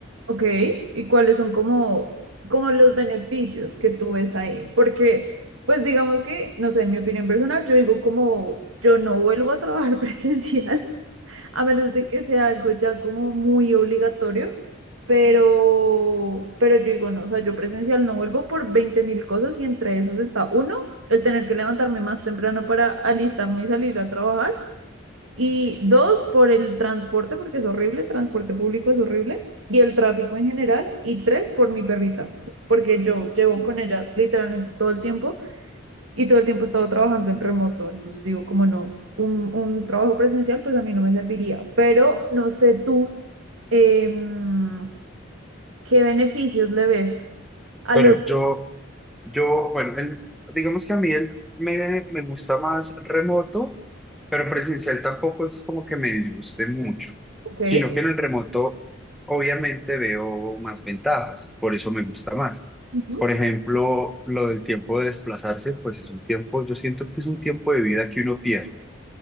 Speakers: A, on the right; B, in the centre.
A: Ok, ¿y cuáles son como, como los beneficios que tú ves ahí? Porque, pues digamos que, no sé, en mi opinión personal, yo digo como yo no vuelvo a trabajar <laughs> presencial a menos de que sea algo ya como muy obligatorio, pero, pero yo digo, no, o sea, yo presencial no vuelvo por 20 mil cosas y entre esas está, uno, el tener que levantarme más temprano para alistarme y salir a trabajar, y dos, por el transporte, porque es horrible, el transporte público es horrible, y el tráfico en general, y tres, por mi perrita, porque yo llevo con ella literalmente todo el tiempo y todo el tiempo he estado trabajando en remoto, entonces digo, como no, un, un trabajo presencial pues a mí no me serviría, pero no sé tú em, qué beneficios le ves a
B: Bueno,
A: los...
B: yo, yo, bueno, el- digamos que a mí el- me, me gusta más remoto, pero presencial tampoco es como que me disguste mucho,
A: Ok,
B: sino que en el remoto obviamente veo más ventajas, por eso me gusta más.
A: ujú,
B: Por ejemplo, lo del tiempo de desplazarse, pues es un tiempo, yo siento que es un tiempo de vida que uno pierde.